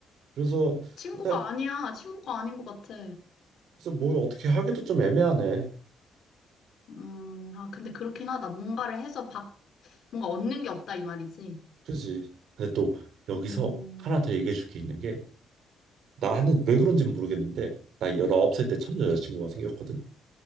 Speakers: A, on the right; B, on the left.
A: 그래서
B: 친구가
A: 일단
B: 아니야. 친구가 아닌 것 같아.
A: 그래서 뭘 어떻게 하기도 좀 애매하네.
B: 음, 아, 근데 그렇긴 하다. 뭔가를 해서 바, 뭔가 얻는 게 없다 이 말이지.
A: 그지. 근데 또 여기서
B: 음,
A: 하나 더 얘기해 줄 게 있는 게 나는 왜 그런지는 모르겠는데 나 19살 때 첫 여자친구가 생겼거든.